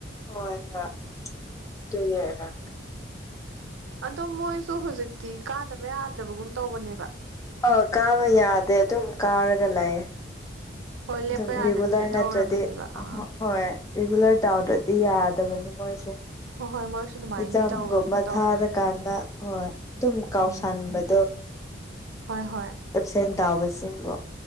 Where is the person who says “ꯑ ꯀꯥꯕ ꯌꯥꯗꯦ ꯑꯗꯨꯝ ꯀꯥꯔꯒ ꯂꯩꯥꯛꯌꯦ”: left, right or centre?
Left